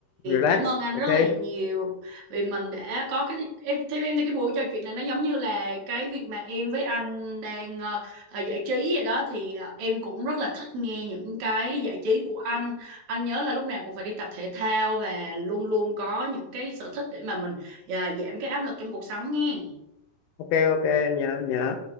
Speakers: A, on the left (about 90°); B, on the right (about 80°).
A: relax
B: cảm ơn anh
A: ok
B: rất là nhiều vì mình đã có cái em theo em thì cái buổi trò chuyện này nó giống như là cái việc mà em với anh đang ờ, ờ, giải trí vậy đó thì ờ, em cũng rất là thích nghe những cái giải trí của anh. Anh nhớ là lúc nào cũng phải đi tập thể thao và luôn luôn có những cái sở thích để mà mình ờ, giảm cái áp lực trong cuộc sống nghe.
A: ok ok nhớ nhớ